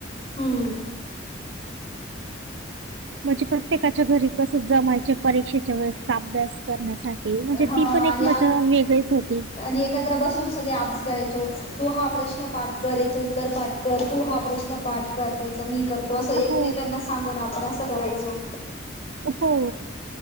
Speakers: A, on the left; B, on the right.
A: हम्म
B: म्हणजे प्रत्येकाच्या घरी कस जमायचे परीक्षेच्या वेळेसचा अभ्यास. प्रज्ञासाठी म्हणजे ती
A: हा
B: पण एक
A: आणि
B: मजा
A: आग
B: वेगळीच होती.
A: आणि एकत्र बसून सगळे अभ्यास करायचो. तू हा प्रश्न पाठ कर याच उत्तर पाठ कर तू हा प्रश्न पाठ कर त्याच मी कर तो असं एकमेकांना
B: हो,
A: सांगून आपण असं करायचो
B: हो